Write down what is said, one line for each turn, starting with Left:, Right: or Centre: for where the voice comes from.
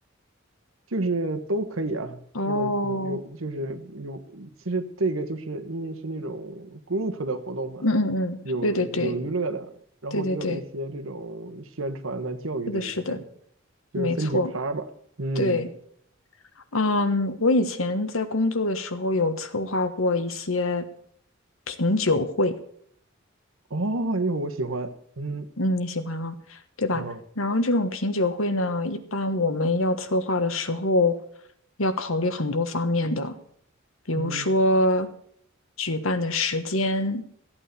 Right: 就是都可以啊，
Left: 哦，
Right: 就是有有就是有，其实这个就是因为是那种 group 的活动嘛，
Left: 嗯嗯嗯，
Right: 有有娱乐的，
Left: 对对对
Right: 然后也有一些这种宣传的、
Left: 对对对，
Right: 教育的那种感觉，
Left: 是的，是的，
Right: 就是分几趴吧，
Left: 没错，
Right: 嗯。
Left: 对，嗯，我以前在工作的时候有策划过一些品酒会，
Right: 哦，因为我喜欢，嗯，
Left: 嗯，你喜欢啊，对吧？
Right: 哦，
Left: 然后这种品酒会呢，一般我们要策划的时候要考虑很多方面的，比如说
Right: 嗯
Left: 举办的时间。